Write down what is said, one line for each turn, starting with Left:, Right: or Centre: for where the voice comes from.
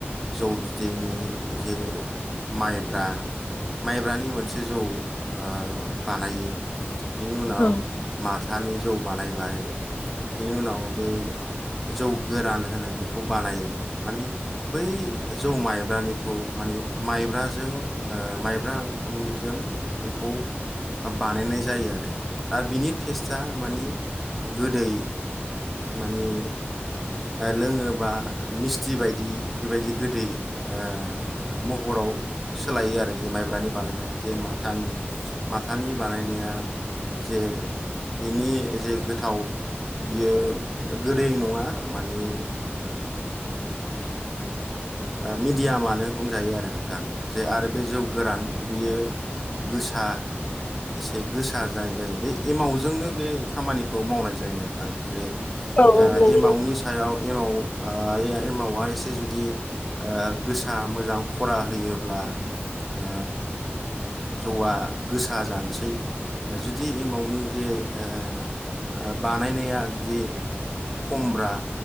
Centre: जौ बिदैनि जे माइब्रा माइब्रानि मोनसे जौ ओ बानायो बिनि उनाव
Left: औ
Centre: मास फथानि जौ बानायबाय बेनि उनाव बे जौ गोरान होनो बेखौ बानायो मानि बै जौ माइब्रानिखौ मानिे माइब्राजों माइब्रा ओंखामनिजों बेखौ बानायनाय जायो आरो आरो बिनि टेस्टा मानि गोदै मानि लोङोबा मिस्थि बायदि बेबायदि गोदै ओ म हराव सोलायो आरो जे माइब्रानि बानायनाय जे माथानि माथानि बानायनाया जे बेनि जे गोथाव बियो गोदै नङा मानिे ओ मिडियामानो बुंजायो आरो नोंथां जे आरो बे जौ गोरान बियो गोसा एसे गोसा जानाय जायो बे एमाउटजोंनो बे खामानिखौ मावनाय जा जायो नोंथां जेरै ओ
Left: औ नंगौ
Centre: एमावनि सायाव एमाव ओ ए-एमावा एसे जुदि ओ गोसा मोजां खरा होयोब्ला ओ जौआ गोसा जानोसै जुदि एमावटनि जे ओ बानायनाया जुदि खमब्रा